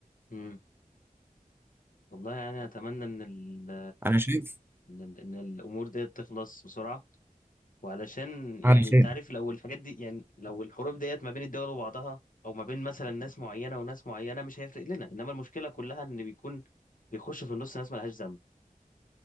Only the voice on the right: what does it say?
انا شايف
على خير